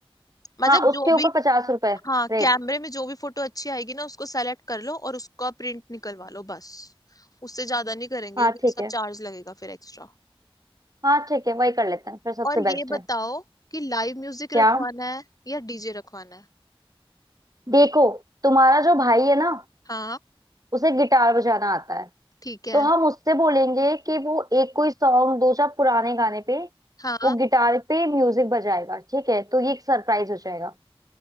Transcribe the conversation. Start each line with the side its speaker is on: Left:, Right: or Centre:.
Left: मतलब
Right: हाँ उसके
Left: जो
Right: ऊपर
Left: भी
Right: पचास रुपए
Left: हाँ
Right: रेट
Left: कैमरे में जो भी फोटो अच्छी आएगी ना उसको सेलेक्ट कर लो और उसका प्रिंट निकलवा लो बस उससे ज्यादा नहीं करेंगे
Right: हाँ
Left: क्योंकि
Right: ठीक
Left: उसका
Right: है
Left: चार्ज लगेगा फिर एक्स्ट्रा
Right: हाँ ठीक है वही कर लेते हैं फिर सबसे
Left: और ये
Right: बेस्ट
Left: बताओ
Right: है
Left: कि लाइव म्यूजिक
Right: क्या
Left: रखवाना है या डीजे रखवाना है
Right: देखो तुम्हारा जो भाई है ना
Left: हाँ
Right: उसे गिटार बजाना आता है
Left: ठीक है
Right: तो हम उससे बोलेंगे कि वो एक कोई सॉन्ग दो चार पुराने गाने पे
Left: हाँ
Right: वो गिटार पे म्यूजिक बजाएगा ठीक है तो ये एक सरप्राइज हो जाएगा